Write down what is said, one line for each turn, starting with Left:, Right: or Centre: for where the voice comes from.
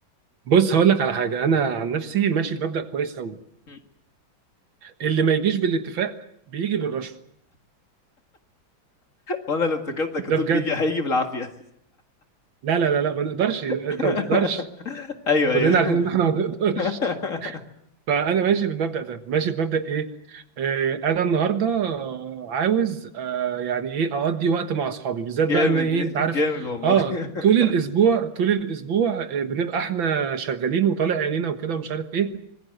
Right: بص هقول لك على حاجة انا عن نفسي ماشي بمبدأ كويس قوي
Left: م.
Right: اللي ما يجيش بالاتفاق بيجي بالرشوة
Left: وانا اللي افتكرتك
Right: ده
Left: هتقول
Right: بجد
Left: بيجي هيجي بالعافيه
Right: لا لا لا لا ما نقدرش انت
Left: <laughs>
Right: ما تقدرش
Left: ايوه
Right: كلنا
Left: ايوه
Right: عارفين ان احنا ما نقدرش
Left: <laughs>
Right: فانا ماشي بالمبدا ده ماشي بمبدا ايه آه انا النهارده آه، عاوز آه يعني ايه اقضي وقت مع اصحابي بالذات
Left: جامد
Right: بقى ان ايه انت عارف
Left: جامد والله
Right: اه
Left: <laughs>
Right: طول الاسبوع طول الاسبوع آه، بنبقى احنا شغالين وطالع عينينا وكده ومش عارف ايه